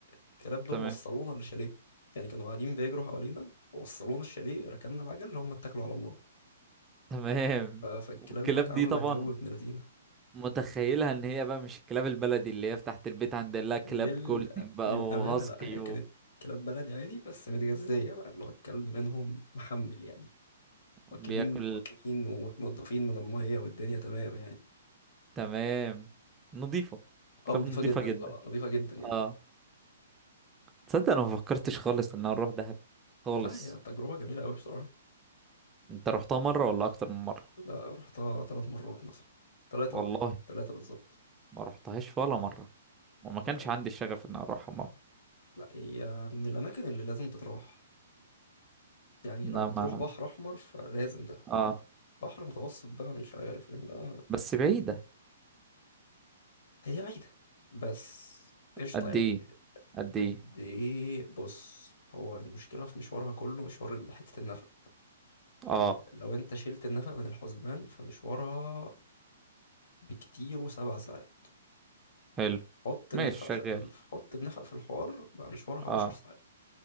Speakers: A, on the left; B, on the right.
A: الكلاب دول
B: تمام
A: وصلونا للشاليه يعني كانوا قاعدين بيجروا حوالينا وصلونا الشاليه ركننا العجل هم اتكلوا على الله
B: تمام
A: ف- فالكلاب
B: والكلاب
A: هناك عامله
B: دي طبعا
A: جو ابن لذينه
B: متخيلها ان هي بقى مش الكلاب البلدي اللي هي تحت البيت عند لا كلاب
A: لل...
B: جولدن بقى
A: للامانه
B: وهاسكي
A: لا هي كانت كلاب بلدي عادي بس متغذيه بقى اللي هو الكلب منهم محمل يعني
B: وبياكل
A: واكلين واكلين ومتنضفين من المية والدنيا تمام يعني
B: تمام نظيفة
A: اه
B: كلاب
A: نضيفة
B: نظيفة
A: جدا
B: جدا
A: لا لا نضيفة جدا يعني
B: اه تصدق انا ما فكرتش خالص ان انا اروح دهب خالص
A: لا هي تجربة جميلة أوي بصراحة
B: انت رحتها مرة ولا اكتر من مرة
A: لا رحتها ثلاث مرات مثلا ثلاثة
B: والله
A: اه ثلاثة بالظبط
B: ما رحتهاش ولا مرة وما كانش
A: لا
B: عندي الشغف ان اروحها مرة
A: لا، هي من الأماكن اللي لازم تتراح يعني
B: انما
A: لو هتروح بحر أحمر فلازم ده
B: اه
A: بحر متوسط بقى مش عارف يعني بقى
B: بس بعيدة
A: هي بعيدة بس قشطة
B: قد
A: يعني
B: ايه قد
A: قد
B: ايه
A: إيه بص هو المشكلة في مشوارها كله مشوار حتة النفق
B: اه
A: يعني لو انت شلت النفق من الحسبان فمشوارها بكتير وسبع ساعات
B: حلو
A: حط النفق
B: ماشي شغال
A: في ال... حط النفق في الحوار بقى مشوارها
B: اه
A: عشر ساعات